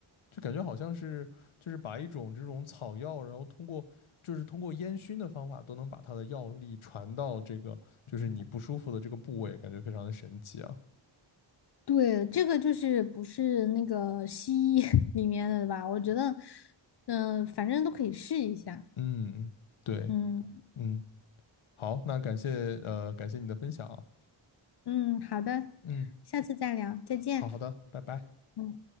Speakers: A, on the left; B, on the left.
A: 就感觉好像是就是把一种这种草药，然后通过就是通过烟熏的方法，都能把它的药力传到这个就是你不舒服的这个部位，感觉非常的神奇啊。
B: 对，这个就是不是那个西医 <laughs> 里面的吧？我觉得，嗯、反正都可以试一下。
A: 嗯，对，
B: 嗯
A: 嗯，好，那感谢呃感谢你的分享啊。
B: 嗯，好的，
A: 嗯，
B: 下次再聊，再见。
A: 好好的，拜拜。
B: 嗯。